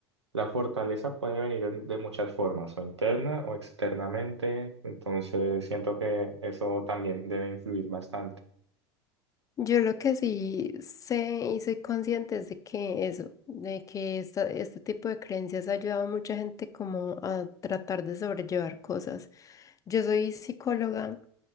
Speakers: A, on the right; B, on the left.
A: La fortaleza puede venir de muchas formas, o interna o externamente, entonces siento que eso también debe influir bastante.
B: Yo lo que sí sé y soy consciente es de que eso, de que esta- este tipo de creencias ha ayudado a mucha gente como a tratar de sobrellevar cosas. Yo soy psicóloga